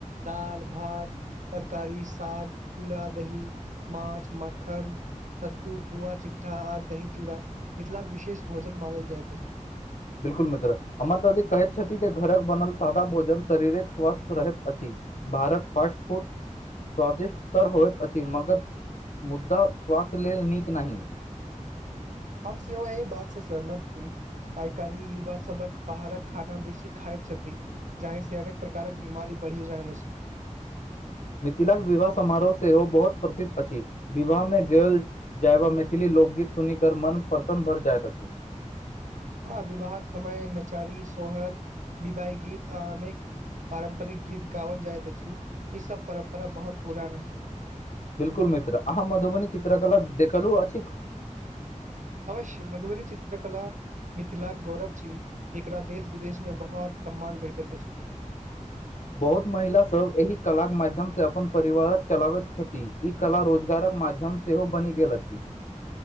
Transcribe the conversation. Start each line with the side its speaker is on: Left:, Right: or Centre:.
Right: दाल भात तरकारी साग चूड़ा दही माछ मखन सत्तु पुआ चिट्ठा आद दही चूड़ा मिथिला के विशेष भोजन मानल जाइत अछि
Left: बिलकुल मित्र हमर ददी कहैत छथि जे घरक बनल सादा भोजन शरीरक स्वस्थ रहैत अछि बाहर क फस्ट फूड स्वादिष्ट त होयत अछि मगर मुद्दा स्वास्थ्य लेल नीक नहीं
Right: हम सेहो एहि बात से सहमत छी आइ कालहि युवा सबक बाहरक खाना बेसी खाइत छथि जहि से अनेक प्रकारक बीमारी बढ़ी जायल अछि
Left: मिथिलाक के विवाह समारोह से ओ बहुत प्रसिद्ध अछि विवाह मे गेल जयवा मैथिली लोकगीत सुनी कमन प्रसन्न भय जायत अछि
Right: हँ विवाहक समय नचारी सोहर विदाई गीत आ अनेक पारम्परिक गीत गाओल जाइत अछि ई सब परम्परा बहुत पुरान अछि
Left: बिल्कुल मित्र अहाँ मधुबनी चित्रकला देखलहु अछि
Right: अवश्य मधुबनी चित्रकला मिथिलाक के गौरव छी एकरा देश विदेश में बहुत सम्मान भेटैत अछि
Left: बहुत महिला सभ एहि कलाक माध्यम सँ अपन परिवारक चलाबैत छथि ई कला रोजगारक माध्यम सेहो बनि गेल अछि